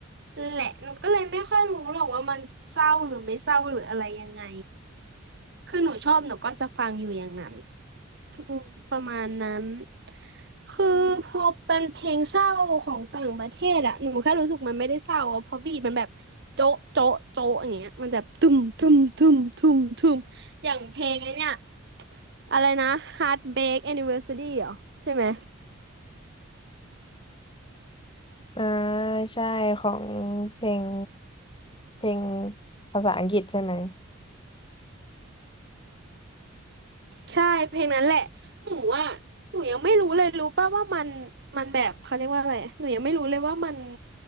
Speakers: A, on the right; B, on the left.
A: แหละหนูก็เลยไม่ค่อยรู้หรอกว่ามันเศร้าหรือไม่เศร้าหรืออะไรยังไง คือหนูชอบหนูก็จะฟังอยู่อย่างนั้นอืมประมาณนั้นคือพอเป็นเพลงเศร้าของต่างประเทศอะหนูแค่รู้สึกมันไม่ได้เศร้าอะเพราะบีทมันแบบโจ๊ะโจ๊ะโจ๊ะอย่างเงี้ยมันแบบตุ้มตุ้มตุ้มตุ้มตุ้มอย่างเพลงไอ้เนี่ยอะไรนะ Heartbreak Anniversary เหรอใช่ไหม
B: อ่าใช่ของเพลงเพลงภาษาอังกฤษใช่ไหม
A: ใช่เพลงนั้นแหละหนูอ่ะหนูยังไม่รู้เลยรู้ป่ะว่ามันมันแบบเขาเรียกว่าอะไรหนูยังไม่รู้เลยว่ามัน